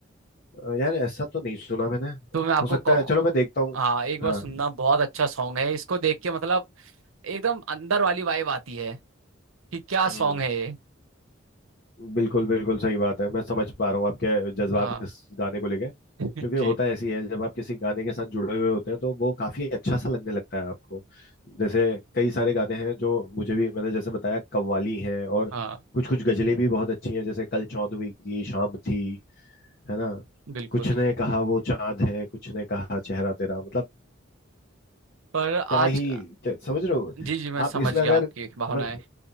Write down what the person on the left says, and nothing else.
अ, यार ऐसा तो नहीं सुना मैंने
हो सकता
है चलो मैं देखता हूँ
हाँ
हम्म
बिल्कुल बिल्कुल सही बात है मैं समझ पा रहा हूँ आपके जज्बात
इस गाने को लेके
क्योंकि होता
ऐसी है जब आप किसी गाने के साथ जुड़े हुए होते हैं तो वो काफी अच्छा सा लगने लगता है आपको जैसे कई सारे गाने हैं जो मुझे भी मैंने जैसे बताया कव्वाली हैं और
कुछ कुछ गजलें भी बहुत अच्छी हैं जैसे कल चौदहवीं की शाम थी है ना
कुछ ने कहा वो चांद है कुछ ने कहा चेहरा तेरा मतलब
क्या
ही क्या, समझ रहे हो
आप
इसमें
अगर
मैं